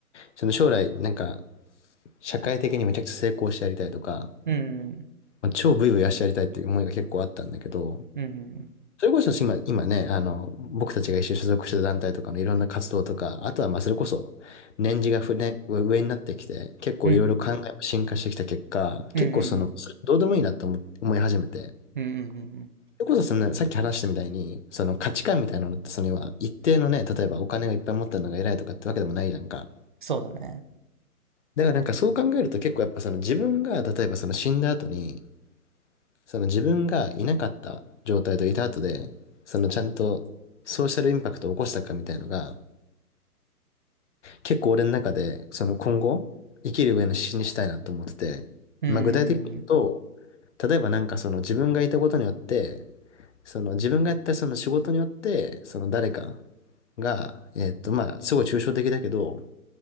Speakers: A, on the left (about 50°); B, on the right (about 35°).
A: その将来、なんか、社会的にめちゃくちゃ成功してやりたいとか、
B: うんうん
A: まあ超ブイブイ足やりたいっていう思いが結構あったんだけど、
B: うん
A: それこそ今、今ね、あの、僕たちが一緒に所属してた団体とかのいろんな活動とか、あとはまあそれこそ、年次がふね、上上になってきて、結構いろいろ考えも進化してきた結果、
B: うんうんうんうんうん
A: 結構その、それどうでもいいなと思、思い始めて、
B: うんうんうんうんうんうん
A: それこそそのさっき話したみたいに、その価値観みたいなのって、その要は一定のね、例えばお金がいっぱい持ったのが偉いとかってわけでもないじゃんか。
B: そうだね。
A: だからなんかそう考えると結構やっぱその自分が例えばその死んだ後にその自分がいなかった状態といた後で、そのちゃんとソーシャルインパクトを起こしたかみたいのが、結構俺の中で、その今後、生きる上の指針にしたいなと思ってて、
B: うんうんうん
A: まあ具体的に言うと、例えばなんかその自分がいたことによって、その自分がやったその仕事によって、その誰かが、えっとまあすごい抽象的だけど、